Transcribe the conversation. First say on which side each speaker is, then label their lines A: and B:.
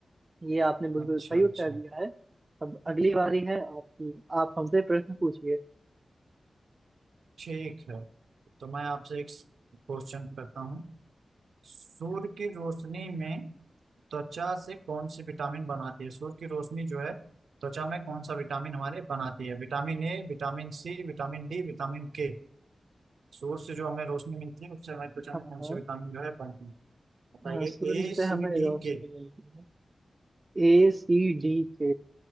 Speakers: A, on the right; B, on the right.
A: ये आपने बिल्कुल
B: अच्छा
A: सही
B: अच्छा
A: उत्तर दिया है अब अगली बारी है आपकी आप हमसे प्रश्न पूछिए
B: ठीक है तो मैं आपसे एक क्वेश्चन करता हूँ सूर्य की रोशनी में त्वचा से कौन सी विटामिन बनाती है सूर्य की रोशनी जो है त्वचा में कौन सा विटामिन हमारे बनाती है Vitamin A vitamin C vitamin D vitamin K Source से जो हमें रोशनी मिलती है उससे हमारी त्वचा
A: हाँ
B: में कौन
A: हाँ
B: सी विटामिन जो है बनती है बताइए
A: हाँ सूर्य से
B: A C
A: हमें
B: D
A: रोशनी
B: K
A: मिलती है ए सी डी के